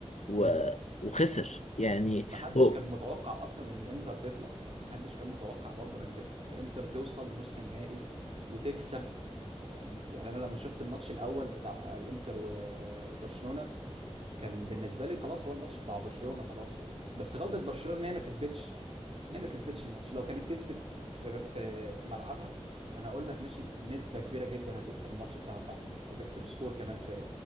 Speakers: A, on the left; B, on the right.
A: و...
B: مم.
A: وخسر يعني
B: محدش
A: هو
B: يعني كان متوقع اصلا ان الانتر تطلع يعني محدش كان متوقع برضه ان الإت- الانتر توصل نص نهائي وتكسب فاهمني يعني انا لما شفت الماتش الاول بتاع الانتر و- آه، وبرشلونة كان بالنسبة لي خلاص هو الماتش بتاع برشلونة خلاص يعني بس غلطة برشلونة ان هي ما كسبتش ان هي ما كسبتش الماتش لو كانت كسبت في في في ملعبها كان هقول لك ماشي بنسبة كبيرة جدا هتكسب الماتش بتاعها بتاع الانتر وتكسب سكور كمان في